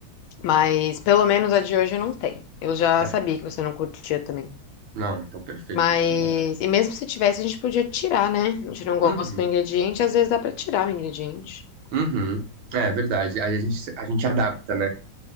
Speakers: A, on the left; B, on the right.
A: Mas pelo menos a de hoje não tem. Eu já
B: Tá.
A: sabia que você não curtia também.
B: Não, então perfeito,
A: Mas,
B: então bora.
A: e mesmo se tivesse, a gente podia tirar, né? A gente não gosta
B: Uhum,
A: do ingrediente, às vezes dá pra tirar o ingrediente.
B: uhum. É verdade, aí a gente, a gente adapta, né?